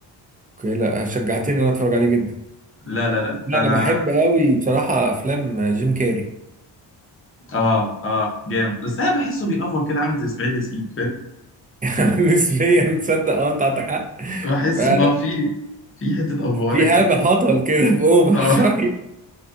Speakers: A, on the right (about 20°); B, on the left (about 30°).
A: اوكي لا شجعتني ان انا اتفرج عليه جدا
B: لا لا لا
A: لا،
B: ده
A: انا
B: انا
A: بحب قوي بصراحه افلام جيم كاري
B: اه اه جامد بس انا بحسه بيأفور كده عامل زي اسماعيل ياسين فاهم
A: <laughs> نسبيا تصدق اه انت عندك حق
B: بحسه
A: فعلا.
B: اه في في حتة أفورة
A: في هبه
B: كده
A: هطل كده <laughs> باوفر
B: اه
A: شويه